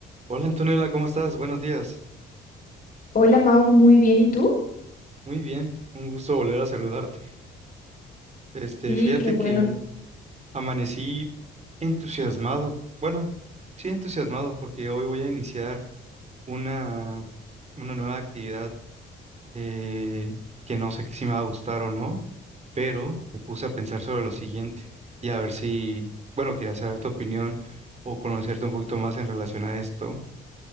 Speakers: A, on the right; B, on the left.
A: Hola Antonella, ¿cómo estás? Buenos días.
B: Hola Mau, muy bien. ¿Y tú?
A: Muy bien, un gusto volver a saludarte. Este,
B: Sí,
A: fíjate
B: qué bueno.
A: que amanecí entusiasmado. Bueno, sí entusiasmado porque hoy voy a iniciar una, una nueva actividad eh, que no sé si me va a gustar o no, pero me puse a pensar sobre lo siguiente y a ver si, bueno, quería saber tu opinión o conocerte un poquito más en relación a esto,